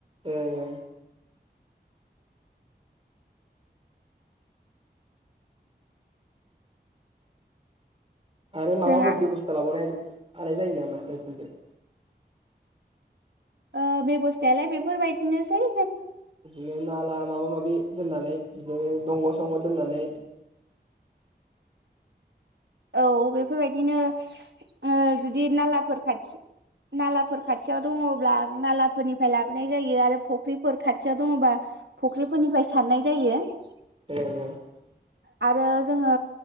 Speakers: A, on the right; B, on the right.
A: औ औ आरो माबाफोर
B: जोंहा
A: बेब'स्था लाबावनाय आनाय जायो नामा नोंसिनिथिं?
B: ओ बेबस्थायालाय बेफोरबाय दिनोसै
A: बिदिनो नाला माबा माबि दोननानै बिदिनो दंग' संग' दोननानै
B: औ बेफोरबायदिनो ओ जुदि नालाफोर खाथि नालाफोर खाथियाव दङब्ला नालाफोरनिफ्राय लाबोनाय जायो आरो फख्रिफोर खाथ थियाव दङबा फुख्रिफोरनिफ्राय सारनाय जायो ।
A: <unintelligible>
B: आरो जोङो